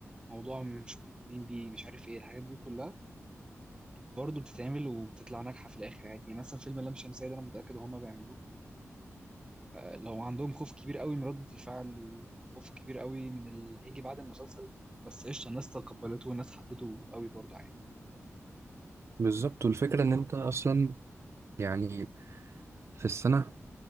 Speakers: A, on the right; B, on the right.
A: موضوع مش مهتمين بيه مش عارف ايه الحاجات دي كلها برضه بتتعمل وبتطلع ناجحة في الآخر عادي يعني مثلا فيلم اللام شمسية ده انا متأكد هما بيعملوه آه، لو عندهم خوف كبير قوي من ردة الفعل وخوف كبير قوي من اللي هيجي بعد المسلسل بس قشطة الناس تقبلته والناس حبته قوي برضه عادي
B: بالظبط والفكرة ان انت اصلا يعني في السنة